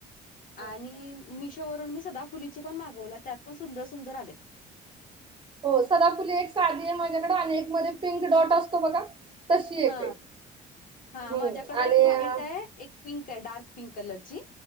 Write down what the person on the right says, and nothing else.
अच्छा.
हो सदाफुली एक साधी आहे माझ्याकडे आणि एक मध्ये पिंक डॉट असतो बघा, तशी एक
आहे.
हम्म
आणि
अ,